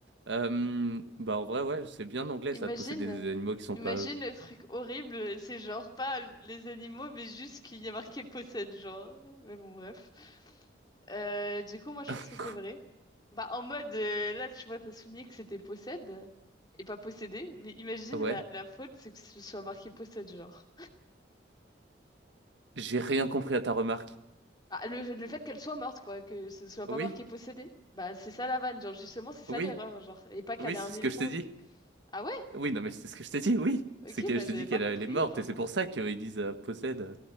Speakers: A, on the right; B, on the left.
A: Euh, bah, en vrai, ouais, c'est bien anglais,
B: Imagine,
A: ça, de posséder des animaux qui sont
B: imagine
A: pas eux.
B: le truc horrible, c'est genre pas les animaux, mais juste qu'il y a marqué possède, genre. Mais bon, bref. Euh, du coup, moi, je
A: <laughs>
B: pense que c'est
A: Quoi
B: vrai. Bah, en mode, euh, là, tu vois, t'as souligné que c'était possède et pas possédé, mais imagine
A: Ouais,
B: la, la faute, c'est que ce soit marqué possède, genre.
A: j'ai rien compris à ta remarque.
B: Bah, le, le fait qu'elle soit morte, quoi, que ce soit pas
A: Oui,
B: marqué possédé, bah c'est ça la vanne, genre justement, c'est ça
A: oui,
B: l'erreur, genre. Et pas qu'elle
A: oui,
B: ait
A: c'est
B: un
A: ce
B: éléphant.
A: que je t'ai
B: ou
A: dit.
B: deux. Ah ouais?
A: Oui, non, mais c'est ce que je t'ai dit, oui.
B: Ok,
A: C'est que
B: bah
A: je
B: j'avais
A: t'ai dit qu'elle
B: pas compris,
A: elle est morte,
B: pardon.
A: et c'est pour ça qu'ils disent euh, possède. euh,